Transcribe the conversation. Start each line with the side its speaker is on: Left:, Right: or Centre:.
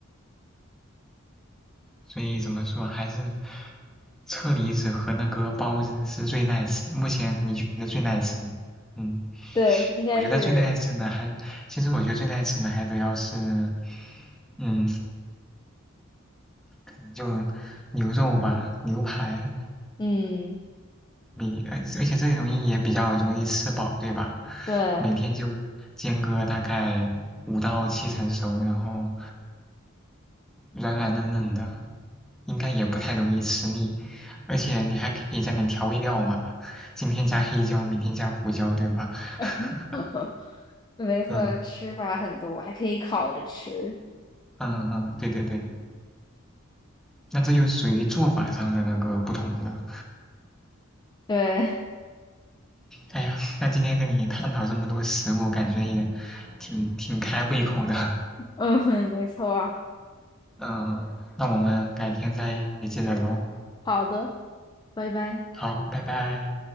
Centre: 所以怎么说还是。车厘子和那个包子是最耐吃，目前你觉得最耐吃的嗯，
Left: 对，应该是，
Centre: 我觉得最耐吃的还，其实我觉得最耐吃的还得要是，嗯，可能就牛肉吧，牛排，
Left: 嗯，
Centre: 每而而且这容易也比较容易吃饱，对吧？
Left: 对。
Centre: 每天就煎个大概五到七成熟，然后软软嫩嫩的，应该也不太容易吃腻，而且你还可以加点调味料嘛，今天加黑椒，明天加胡椒，对吧？<laughs>
Left: <laughs> 没错，
Centre: 嗯
Left: 吃法很多，还可以烤着吃。
Centre: 嗯嗯，对对对，那这就属于做法上的那个不同了。
Left: 对，
Centre: 哎呀，那今天跟你探讨这么多食物，感觉也挺挺开胃口的。
Left: <laughs> 嗯，没错。
Centre: 嗯，那我们改天再接着聊。
Left: 好的，拜拜。
Centre: 好，拜拜。